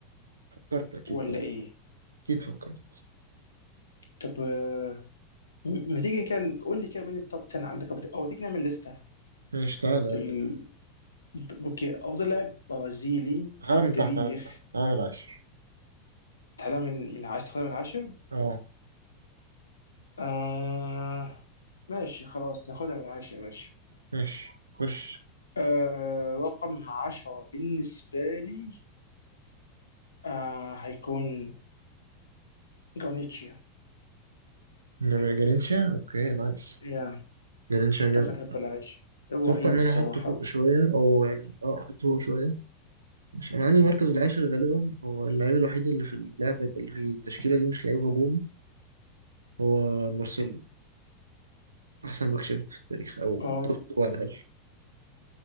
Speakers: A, on the right; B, on the left.
A: فكرت أكيد
B: ولا
A: طبعا
B: ايه
A: أكيد فكرت
B: طب آه، م- ما تيجي كان قول لي كده مين التوب 10 عندك او بت- أو تيجي نعمل لسته
A: ماشي تعالى يلا
B: بال... ب- اوكي افضل لاعب برازيلي
A: تعالى
B: في التاريخ
A: من تحت تعالى من تحت تعالى من العاشر
B: تعالى من من عايز تاخدها من عشر
A: اه
B: آه... ماشي خلاص ناخدها من عشر ماشي
A: ماشي خش
B: آه... رقم عشرة بالنسبة لي آه... هيكون جونيتشيا
A: جر- جرينشا اوكي نايس
B: يا
A: جرينشا
B: أعتقد
A: جامد
B: هيبقى العاشر رهيب
A: اتوقع ان
B: الصراحة
A: انا احطه فوق شويه او يعني اه احطه فوق شويه مش انا عندي المركز العاشر غالبا هو اللعيب الوحيد اللي في اللعبه اللي في التشكيله دي مش لعيب هجومي هو مارسيلو احسن باك شفت في التاريخ او
B: اه
A: توب 2 على الاقل